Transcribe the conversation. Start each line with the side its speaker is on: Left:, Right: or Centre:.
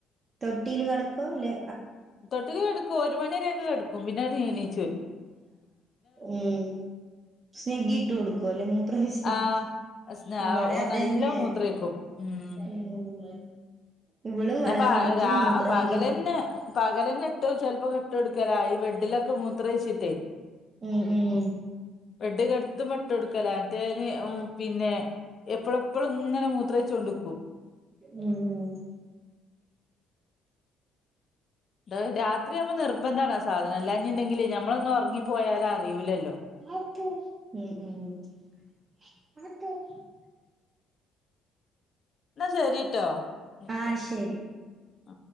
Right: തൊട്ടീല് കടക്കോ ല്ലെ?
Left: തൊട്ടില് കട്ക്കും ഒരു മണിരേക്കെ കട്ക്കും പിന്നങ്ങട് എണി
Right: ഉം സ്നിഗ്ഗിട്ട് കൊടുക്കു അല്ലെ മൂത്രയ്ച്ചാല്.
Left: ആഹ് സ്നാ
Right: വ്ടെ
Left: ഓൻ
Right: അതെന്നെ
Left: നല്ല മൂത്രൊഴിക്കും ഉം
Right: ഉം. ഇവളും
Left: ഞപ്പാഅ്
Right: വെള്ളം കുടിക്കും
Left: രാ
Right: മൂത്രൊഴിക്കും
Left: പകലന്നെ. പകലന്നെട്ട് ചെൽപ്പൊക്കിട്ടൊടുക്കല ഈ ബെഡിലൊക്കെ മൂത്രയ്ച്ചി
Right: ഉം, ഉം
Left: ബെഡ്ഡ്കെടുത്തുമ്പ ഇട്ടൊടുക്കല മെറ്റേന് പിന്നെ. എപ്പെളെപ്പളുങ്ങനെ മൂത്രയ്ച്ചോണ്ട്ക്കും.
Right: ഉം, ഉം.
Left: ട് രാത്രിയാവുമ്പോ നിർബന്ധാണ് ആ രാത്രിയാവുമ്പ നിർബന്താണ് ആ സാധനം. അല്ലാഞ്ഞിണ്ടെങ്കില് ഞമ്മളൊന്നൊറ്ങ്ങിപ്പോയാലറിയുല്ലല്ലോ.
Right: ഉം, ഉം.
Left: എന്നാ ശരിട്ടോ വിളിക്കാ
Right: ആഹ് ശരി.
Left: ആ